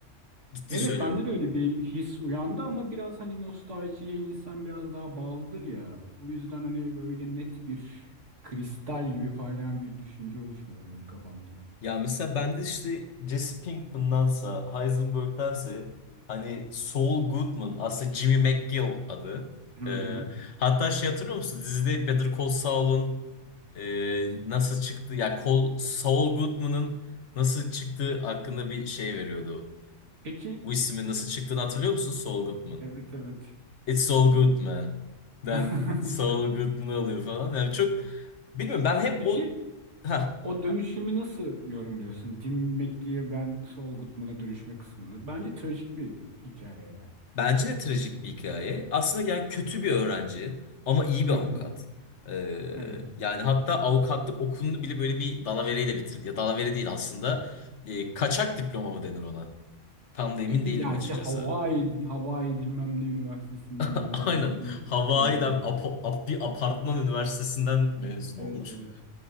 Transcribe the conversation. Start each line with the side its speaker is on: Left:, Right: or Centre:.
Left: Ciddi
Right: Evet
Left: söylüyorum
Right: bende
Left: bunu.
Right: de öyle bir his uyandı ama biraz hani nostaljiye insan biraz daha bağlıdır ya. O yüzden hani böyle net bir kristal gibi parlayan bir düşünce oluşmadı benim kafamda.
Left: Ya mesela ben de işte Jesse Pinkman'dansa Heisenberg'dense hani Saul Goodman aslında Jimmy McGill adı.
Right: Hı hı.
Left: Ee, hatta şey hatırlıyor musun? Dizide Better Call Saul'un e, nasıl çıktı ya Col Saul Goodman'ın nasıl çıktığı hakkında bir şey veriyordu.
Right: Peki
Left: Bu ismin nasıl
Right: ş-
Left: çıktığını hatırlıyor musun? Saul Goodman.
Right: evet evet.
Left: It's Saul Goodman. Ben
Right: <laughs>
Left: Saul Goodman'ı alıyor falan. Yani çok bilmiyorum ben hep
Right: Peki
Left: o ha
Right: O dönüşümü nasıl yorumluyorsun? Jim McGill'den Saul Goodman'a dönüşme kısmını. Bence trajik bir hikaye ya.
Left: bence de trajik bir hikaye. Aslında yani kötü bir öğrenci ama iyi
Right: Hı
Left: bir avukat.
Right: hı,
Left: Ee,
Right: evet.
Left: yani hatta avukatlık okulunu bile böyle bir dalavereyle bitirdi. Ya dalavere değil aslında. Ee, kaçak diploma mı denir ona? Tam da emin
Right: Gibi
Left: değilim
Right: yani
Left: açıkçası.
Right: şey Hawaii, Hawaii bilmem ne üniversitesinden
Left: <laughs>
Right: böyle
Left: Aynen.
Right: abuk sabuk
Left: Hawaii'den
Right: bir diploma alıyordum.
Left: apo- ap- bir apartman üniversitesinden mezun
Right: Evet
Left: olmuş.
Right: evet.